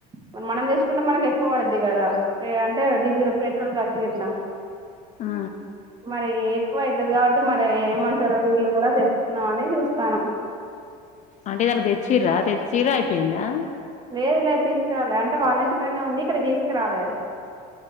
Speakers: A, on the right; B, on the left.
A: మరి మనం తెచ్చుకుంటే మనకు ఎక్కువ పడ్డది కదా అంటే డీజిల్ పెట్రోల్ క ఇట్ల
B: ఆ
A: మరి ఏ ఎక్కువ అయితది కాబట్టి మరి రమ్మంటార వీళ్ళు కూడా తెలుసుకుందమని చూస్తానము
B: అంటే ఇవాళ తెచ్చిర్ర తెచ్చిర్రు అయిపోయిందా
A: లేదు లేదు తీసుకురాలే అంటే వాళ్ళ ఇంటికనే ఉంది ఇక్కడ కి తీసుకురాలే